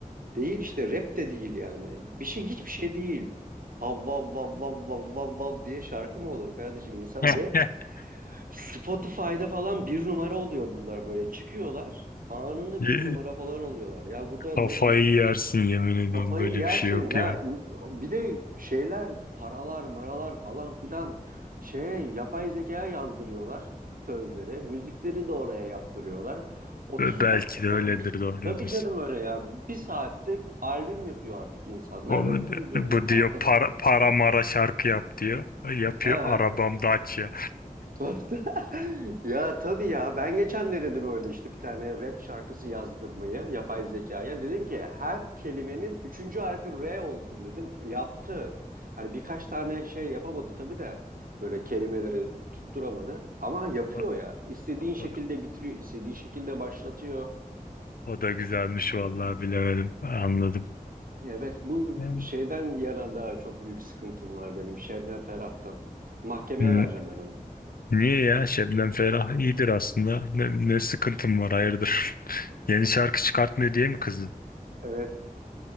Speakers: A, on the right; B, on the left.
A: Değil işte rap de değil yani. Bir şey hiçbir şey değil. Hav vav vav vav vav vav vav diye şarkı mı olur kardeşim insan
B: <laughs>
A: ve Spotify'da falan bir numara oluyor bunlar böyle çıkıyorlar. Anında
B: Ye-
A: bir numara falan oluyorlar. Ya burada
B: Kafayı
A: ne
B: yersin yemin ediyorum
A: Kafayı
B: böyle
A: yersin
B: bir şey yok
A: ya
B: ya.
A: İn- bir de şeyler paralar maralar falan filan şey yapay zekaya yazdırıyorlar sözleri müzikleri de oraya yaptırıyorlar 30
B: Ve Belki
A: dakikada
B: de öyledir
A: bir
B: doğru diyorsun.
A: tabii canım öyle ya bir saatte albüm yapıyor artık insanlar
B: Onu,
A: ve bunun üzerinden
B: bu
A: para
B: diyor
A: kazanıyor.
B: para, para mara şarkı yap diyor. Yapıyor
A: He.
B: arabam Dacia.
A: Tuhafta. <laughs> Ya tabii ya ben geçen denedim öyle işte bir tane rap şarkısı yazdırmayı yapay zekaya. Dedim ki her kelimenin üçüncü harfi R olsun dedim. Yaptı. Hani birkaç tane şey yapamadı tabii de böyle kelimeleri tutturamadı. Ama yapıyor
B: O,
A: ya. İstediğin şekilde
B: o, da,
A: bitiriyor, istediğin şekilde başlatıyor.
B: o da güzelmiş vallahi bilemedim. Anladım.
A: Evet bu
B: Evet.
A: şeyden yana da çok büyük sıkıntım var benim Şebnem Ferah'tan. Mahkemeye
B: Hmm,
A: vereceğim ben onu.
B: Niye ya? Şebnem Ferah iyidir aslında. Ne, ne sıkıntım var hayırdır? <laughs> Yeni şarkı çıkartmıyor diye mi kızdın?
A: Evet.